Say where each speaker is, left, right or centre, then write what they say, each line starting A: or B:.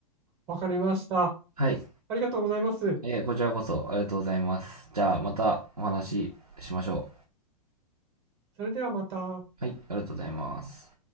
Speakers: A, on the right (about 30°); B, on the right (about 85°).
A: わかりました。
B: はい。
A: ありがとうございます。
B: えーこちらこそありがとうございます。じゃあ、またお話ししましょ
A: それではまた。
B: う。はい、ありがとうございます。